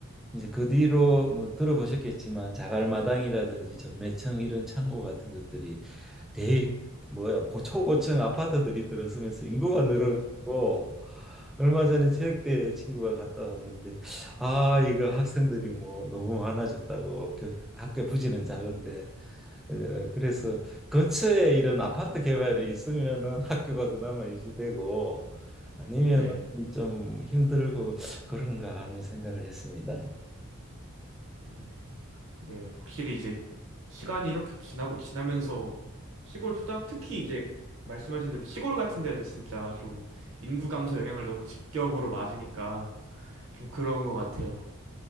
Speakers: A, in the centre; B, on the right.
A: 이제 그 뒤로 뭐 들어보셨겠지만 자갈마당이라든지 전매청 이런 창고 같은 것들이 대 뭐야 고 초고층 아파트들이 들어서면서 인구가 늘어가지고
B: 음,
A: 얼마 전에 체육대회 친구가 갔다 왔는데 아 이거 학생들이 뭐 너무 많아졌다고 교- 학교 부지는 작은데 에, 그래서 근처에 이런 아파트 개발이 있으면은 학교가 그나마 유지되고 아니면은
B: 네.
A: 좀 힘들고 그런가 하는 생각을 했습니다.
B: 음. 네, 확실히 이제 시간이 이렇게 지나고 지나면서 시골 초등 특히 이제 말씀하신 대로 시골 같은 데는 진짜 좀 인구 감소 영향을 너무 직격으로 맞으니까 좀 그런 것 같아요.